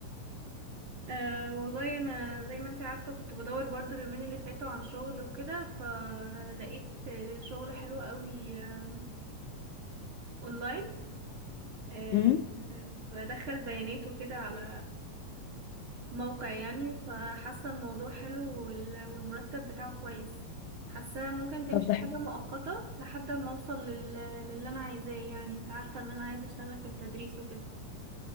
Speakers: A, on the right (about 55°); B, on the left (about 80°).
A: أه والله انا زي ما انتي عارفة كنت بدور برضو اليومين اللي فاتوا عن شغل وكده فلقيت آه، شغل حلو قوي آم، اونلاين أه
B: مم.
A: آه، بدخل بيانات وكده على موقع يعني فحاسة الموضوع حلو وال- والمرتب بتاعه كويس حاسة ممكن تمشي
B: طب ده
A: حاجة
B: حلو
A: مؤقتة لحد ما اوصل لل... للي انا عايزاه يعني انت عارفة ان انا عايزة اشتغل في التدريس وكده